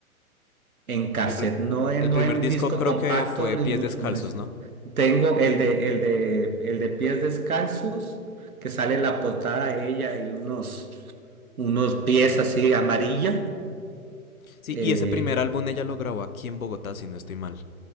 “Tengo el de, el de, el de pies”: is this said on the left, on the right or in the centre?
Right